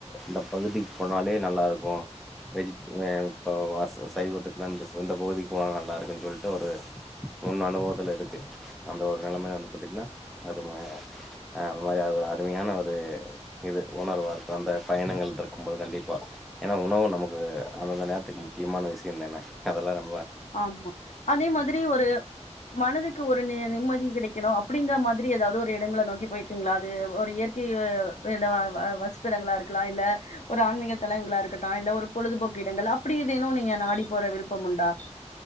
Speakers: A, in the centre; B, on the left (about 80°).
A: இந்த பகுதிக் போனாலே நல்லாருக்கு வெஜ்ட் வே அப்போ வாஸ்வ சைவதுக்கு வந்துஃபு இந்த பகுதிக் போலா நல்லாருக்குன் சொல்ட்டு ஒரு முன் அனுபவத்துல இருக்கு அந்த ஒரு நெலமை வந்து பாத்தீங்ன்னா அரும அந்த மாரி அது ஒரு அருமையான ஒரு இது உணர்வாருக்கு அந்த பயணங்கள் ட்ருக்கும்மோது கண்டிப்பா ஏன்னா உணவு நமக்கு அந்தந்த நேர்த்துக்கு முக்கியமான விசியந்தேன அதெல்லா நம்
B: ஆம்மா அதே மதுரி ஒரு மனதுக்கு ஒரு நே நிம்மதி கெடக்கிணு அப்புடிங்குற மாத்ரி ஏதாவ்து ஒர் ரி இடங்கள நோக்கி போய்ருக்கிங்ளா அது ஒரு இயற்கை <unintelligible> வசிப்பிடங்ளா இருக்லா இல்ல ஒரு ஆன்மீக தளங்குகளா இருக்கட்டா இல்ல ஒரு பொழுதுபோக்கு இடங்கள் அப்டி ஏதேனு நீங்க நாடி போற விருப்பம் உண்டா